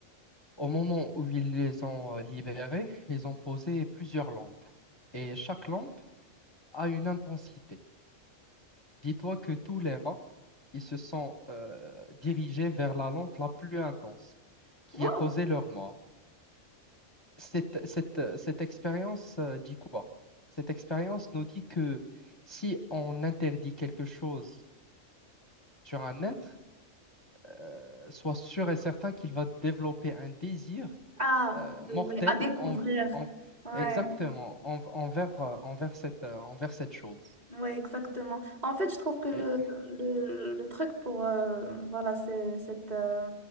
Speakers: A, on the left; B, on the right.
A: Au moment où ils les ont euh, libérés, ils ont posé plusieurs lampes. Et chaque lampe a une intensité. Dis-toi que tous les rats, ils se sont euh, dirigés vers la lampe la plus intense, qui
B: Wow.
A: a causé leur mort. cette, cette, euh, cette expérience euh, dit quoi? Cette expérience nous dit que si on interdit quelque chose sur un être, euh, sois sûr et certain qu'il va développer un désir
B: Ah,
A: euh,
B: oui,
A: mortel
B: oui, à découvrir.
A: en- en-
B: Ouais,
A: exactement en- envers, euh, envers cette, euh, envers cette chose.
B: ouais, exactement. En fait, je trouve que le,
A: Et-
B: le, le truc pour, euh, voilà, c'est, cette, euh,